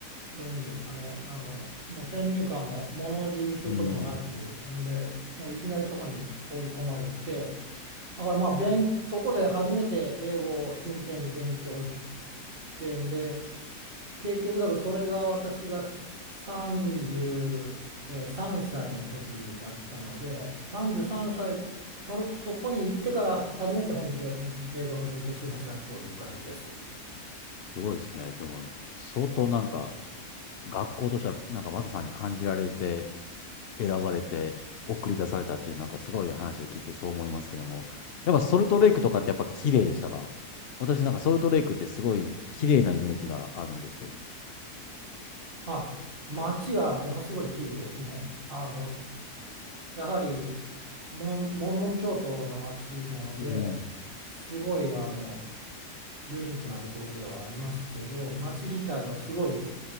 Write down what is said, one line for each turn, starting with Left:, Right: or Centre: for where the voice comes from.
Right: どういうんですかねあのもう先入観も物おじすることもなくんでもういきなりそこに放り込まれて
Left: うん。
Right: だからまあ勉そこで初めて英語を真剣に勉強してんで結局だからそれが私が33歳の時だったので33歳その、そこに行ってから初めて本気で勉英語の勉強をしだしたという感じです。
Left: すごいですね。でも、相当なんか、学校としては、なんかマサさんに感じられて、選ばれて、送り出されたっていう、なんかすごい話を聞いてそう思いますけども。やっぱソルトレイクとかってやっぱ綺麗でしたか私なんかソルトレイクってすごい綺麗なイメージがあるんですけど。
Right: まあ、街はものすごい綺麗ですね。あの、やはりモン、モルモン教徒の街なのですごいあの
Left: うん。
Right: ユニークなところではありますけど街自体はすごい